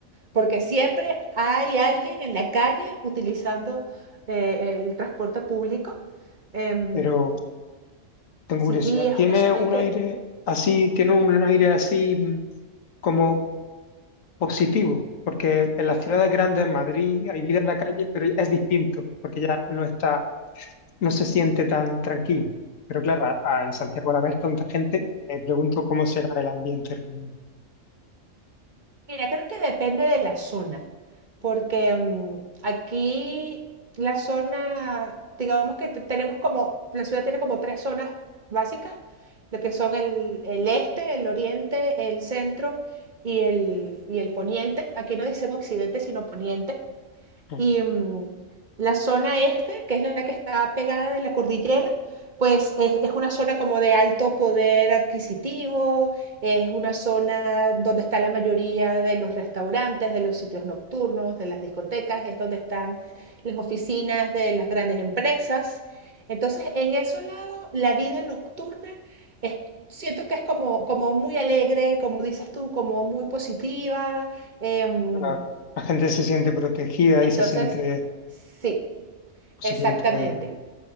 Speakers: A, on the right; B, on the left.
A: porque siempre hay alguien en la calle utilizando eh, el transporte público. Em,
B: pero tengo
A: sí,
B: curiosidad,
A: y es
B: ¿tiene
A: una zona
B: un
A: que...
B: aire así,
A: sí.
B: tiene un aire así mm, como positivo? Porque en las ciudades grandes, en Madrid, hay vida en la calle, pero es distinto, porque ya no está, no se siente tan tranquilo. Pero claro, a- a- en Santiago al haber tanta gente, me pregunto cómo será el ambiente realmente.
A: Mira, creo que depende de la zona, porque mm, aquí la zona, digamos que te- tenemos como, la ciudad tiene como tres zonas básicas, lo que son el, el este, el oriente, el centro y el, y el poniente. Aquí no dicen occidente, sino poniente.
B: Mm.
A: Y mm, la zona este, que es la que está pegada de la cordillera, pues es, es una zona como de alto poder adquisitivo, es una zona donde está la mayoría de los restaurantes, de los sitios nocturnos, de las discotecas, es donde están las oficinas de las grandes empresas. Entonces, en ese lado, la vida nocturna es, siento que es como, como muy alegre, como dices tú, como muy positiva. em,
B: La, la gente se siente protegida
A: entonces,
B: y se siente,
A: sí,
B: se
A: Exactamente.
B: siente,